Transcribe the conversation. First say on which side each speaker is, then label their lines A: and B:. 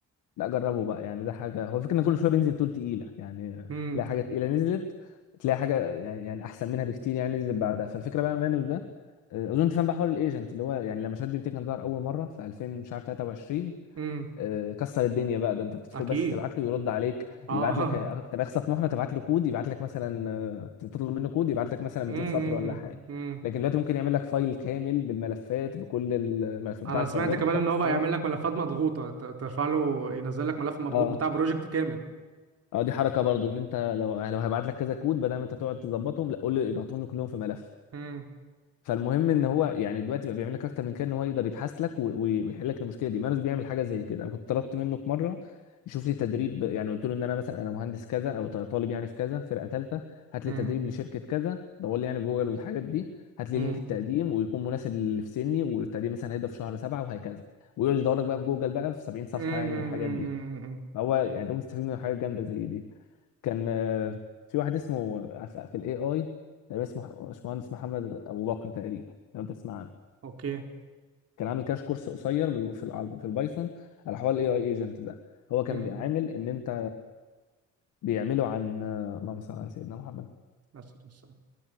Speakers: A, on the left; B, on the right.
A: لا جربه بقى يعني ده حاجه هو الفكره ان كل شويه بينزل تول تقيله يعني آه،
B: امم
A: تلاقي حاجه تقيله نزلت تلاقي حاجه يعني يعني احسن منها بكتير يعني نزلت بعدها فالفكره بقى مانوس ده آه، اظن تفهم بقى حوار الايجنت اللي هو يعني لما شات جي بي تي كان ظهر اول مره في 2000 مش عارف 23
B: امم
A: آه، كسر الدنيا بقى ده انت بتدخل
B: اكيد
A: بس تبعت له يرد عليك
B: اه
A: يبعت لك آه، كنخسة طموحنا تبعت له كود يبعت لك مثلا آه، تطلب منه كود يبعت لك مثلا
B: <laughs>
A: 200
B: امم
A: سطر ولا حاجه
B: امم
A: لكن دلوقتي ممكن يعمل لك فايل كامل بالملفات بكل الملفات
B: انا
A: بتاع الفايلات
B: سمعت كمان
A: ويحط
B: ان
A: لك
B: هو
A: الصور
B: بقى يعمل لك ملفات مضغوطه ت- ترفع له ينزل لك ملف مضغوط
A: اه
B: بتاع بروجكت كامل
A: اه دي حركه برضو ان انت لو لو هيبعت لك كذا كود بدل ما انت تقعد تظبطهم لا قول له اضغطهم لي كلهم في ملف
B: امم
A: فالمهم ان هو يعني دلوقتي بقى بيعمل لك اكتر من كده ان هو يقدر يبحث لك و- و- ويحل لك المشكله دي مانوس بيعمل حاجه زي كده انا كنت طلبت منه في مره يشوف لي تدريب يعني قلت له ان انا مثلا انا مهندس كذا او ط- طالب يعني في كذا فرقه ثالثه هات
B: امم
A: لي تدريب لشركه كذا دور لي يعني في جوجل والحاجات دي هات لي
B: امم
A: لينك التقديم ويكون مناسب للي في سني والتقديم مثلا هيبدا في شهر سبعه وهكذا ويقعد يدور لك بقى في جوجل بقى في 70 صفحه
B: امم
A: يعني والحاجات دي هو يعني ده مستفيد من حاجه جامده زي دي كان آه، في واحد اسمه عف- في الاي اي تقريبا اسمه باشمهندس محمد ابو بكر تقريبا لو انت تسمع عنه
B: اوكي
A: كان عامل كاش كورس قصير بال- في ال- في البايثون على حوار الاي اي ايجنت ده هو كان
B: امم
A: بيعامل ان انت بيعمله عن آه، اللهم صل على سيدنا محمد
B: بس بس-